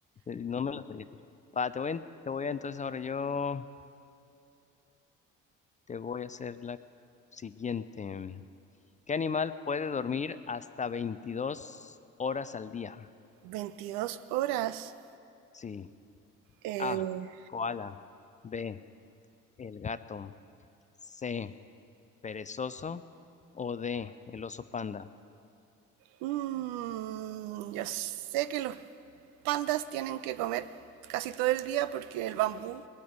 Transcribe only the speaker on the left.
Eh, No me la sabía. Va, te voy, en- te voy a- entonces ahora yo te voy a hacer la siguiente. ¿Qué animal puede dormir hasta 22 horas al día?
Sí.
A. Koala. B. El gato. C. Perezoso. O D. El oso panda.